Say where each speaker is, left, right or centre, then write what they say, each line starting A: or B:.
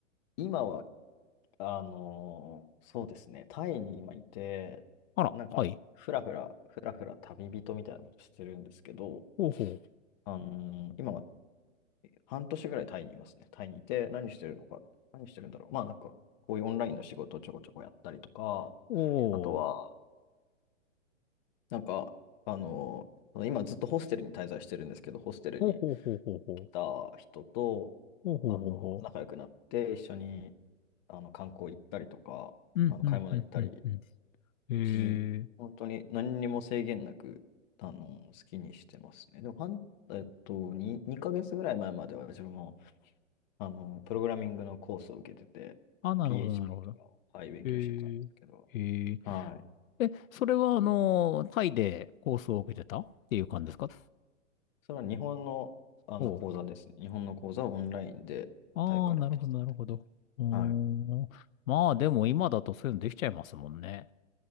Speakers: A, on the left; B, on the left.
A: 今は、あのーそうですね。タイに今いて、
B: あら、
A: なんか、
B: はい。
A: ふらふら、ふらふら旅人みたいなことしてるんですけど、
B: ほうほ
A: あのー今半年ぐらいタイにいますね。タイにいて、何してるのか、何してるんだろう。まあなんか、こういうオンラインの仕事をちょこちょこやったりとか、
B: う。おー。
A: あとは、なんか、あの、今ずっとホステルに滞在してるんですけど、ホステルに
B: ほうほうほうほうほう。
A: 来た人と、
B: ほうほうほうほ
A: あの、仲良くなって、一緒に、あの、観光行ったりとか、
B: う。うん、
A: あの、
B: うん、
A: 買い物行ったり、
B: うん、うん、うん。えー。
A: じ、本当に何にも制限なく、あの、好きにしてますね。でも、半えっと、2、2ヶ月ぐらい前までは自分もあの、プログラミングのコースを受けてて、
B: あ、
A: あの
B: なるほど、
A: PHP
B: なるほど。
A: とかを、はい、勉強してたんですけど、
B: えー。えー。
A: はい。
B: え、それは、あの、タイでコースを受けてたっていう感じですか
A: それは日本の、あの講座ですね。
B: お
A: 日本の講座はオンラインでタイから来てたって感じで。
B: ああ、なるほど、なるほど。うー
A: はい。
B: ん。まあ、でも今だとそういうのできちゃいますもんね。